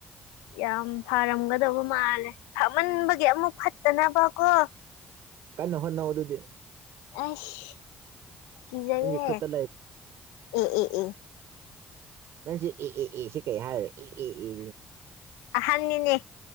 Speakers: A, on the left; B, on the right.
A: ꯌꯥꯝ ꯐꯔꯝꯒꯗꯕ ꯃꯥꯜꯂꯦ ꯐꯝꯃꯟꯕꯒꯤ ꯑꯃꯨꯛ ꯐꯠꯇꯅꯕ ꯀꯣ,
B: ꯀꯟꯅ ꯍꯣꯠꯅꯩꯢ ꯑꯗꯨꯗꯤ꯫
A: ꯑꯁ ꯀꯤꯖꯩꯍꯦ
B: ꯅꯪꯒꯤ ꯈꯨꯠꯇ
A: ꯑꯦ ꯑꯦ ꯑꯦ,
B: ꯅꯪꯁꯦ ꯑꯦ ꯑꯦ ꯑꯦ ꯀꯩ ꯍꯥꯏꯔꯦ ꯏ ꯏ
A: ꯑꯍꯟꯅꯤꯅꯦ